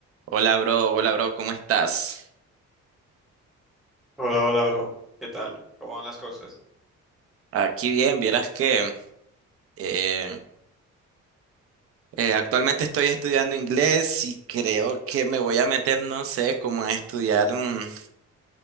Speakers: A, on the right; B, in the centre.
A: Hola, bro. Hola, bro. ¿Cómo estás?
B: Hola, hola, bro. ¿Qué tal? ¿Cómo van las cosas?
A: Aquí bien. Vieras que eh, eh, actualmente estoy estudiando inglés y creo que me voy a meter, no sé, como a estudiar un-